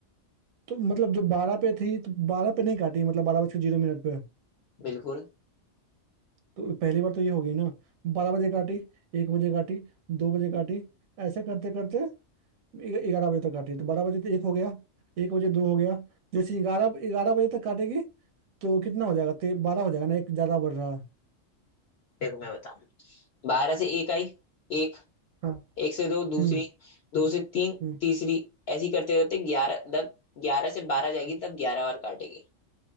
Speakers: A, on the right; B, on the left.
A: तो मतलब जो बारह पे थी तो बारह पे नहीं काटी मतलब बारह बज के जीरो मिनट पे
B: बिल्कुल
A: तो पहली बार तो ये हो गई ना बारह बजे काटी एक बजे काटी दो बजे काटी ऐसे करते करते ग्यारह बजे तक काटी तो बारह बजे तो एक हो गया एक बजे दो हो गया जैसे ग्यारह ग्यारह बजे तक काटेगी तो कितना हो जाएगा ते बारह हो जाएगा ना एक ज्यादा बढ़ रहा है
B: देखो मैं बताऊं बारह से एक आई एक
A: हाँ
B: एक से दो दूसरी
A: हम्म
B: दो से तीन
A: हम्म
B: तीसरी ऐसी करते करते ग्यारह जब ग्यारह से बारह जाएगी तब ग्यारह बार काटेगी